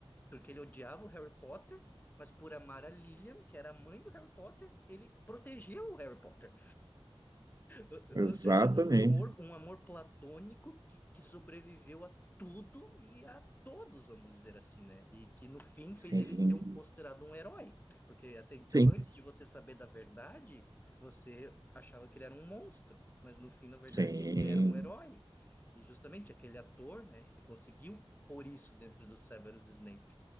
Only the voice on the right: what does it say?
Exatamente.
Sim,
sim,
sim,